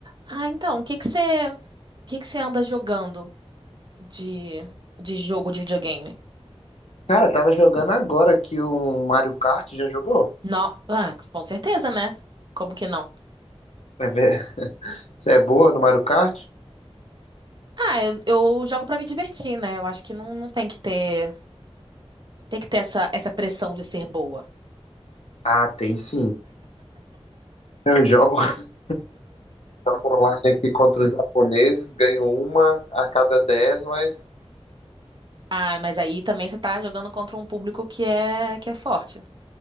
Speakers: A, on the right; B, on the left.
A: Ah, então, o que que você, o que que você anda jogando de, de jogo de videogame?
B: Cara, tava jogando agora aqui um Mario Kart, já jogou?
A: Não, ah, com certeza, né? Como que não?
B: Vai ver <laughs> se é boa no Mario Kart?
A: Ah, eu, eu jogo pra me divertir, né? Eu acho que não, não tem que ter, tem que ter essa, essa pressão de ser boa.
B: Ah, tem sim. Eu jogo <laughs> online aqui contra os japoneses, ganho uma a cada dez, mas,
A: Ah, mas aí também você tá jogando contra um público que é, que é forte.